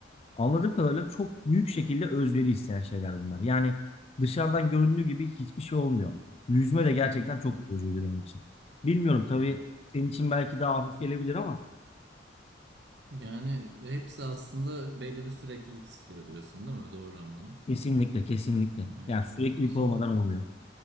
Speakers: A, on the left; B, on the right.
A: Anladığım kadarıyla çok büyük şekilde özveri isteyen şeyler bunlar. Yani dışarıdan göründüğü gibi hiçbir şey olmuyor. Yüzme de gerçekten
B: hı hı.
A: çok yorucuydu benim için. Bilmiyorum tabii
B: Ya
A: senin için belki daha hafif gelebilir ama
B: Yani hepsi aslında belli bir süreklilik istiyor diyorsun değil mi? Doğru anladım.
A: Kesinlikle kesinlikle.
B: Hı hı.
A: Yani süreklilik
B: O zaman
A: olmadan olmuyor.